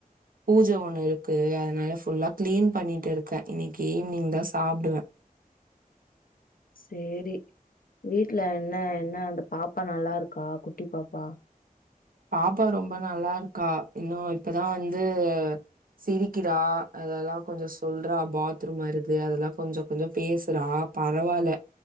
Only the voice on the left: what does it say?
சேரி வீட்ல என்ன என்ன அந்த பாப்பா நல்லா இருக்கா குட்டி பாப்பா